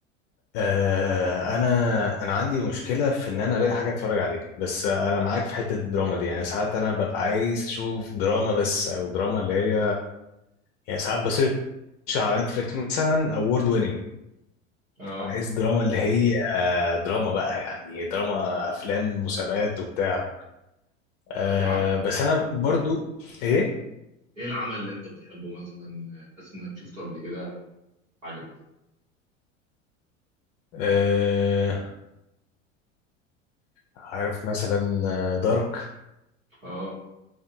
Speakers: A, on the left; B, on the right.
A: آه انا انا عندي مشكلة في ان انا الاقي حاجة اتفرج عليها بس انا معاك في حتة الدراما دي يعني ساعات انا ببقى عايز اشوف دراما بس او دراما اللي هي يعني ساعات بسيرش على نتفليكس مثلا اوورد ويننج
B: اه
A: انا عايز دراما اللي هي آه، دراما بقى يعني دراما افلام مسابقات وبتاع آه
B: ايه عم...
A: بس انا برضو ايه
B: ايه العمل اللي انت بتحبه مثلا حاسس انك شفته قبل كده عجبك
A: آه، عارف مثلا دارك
B: اه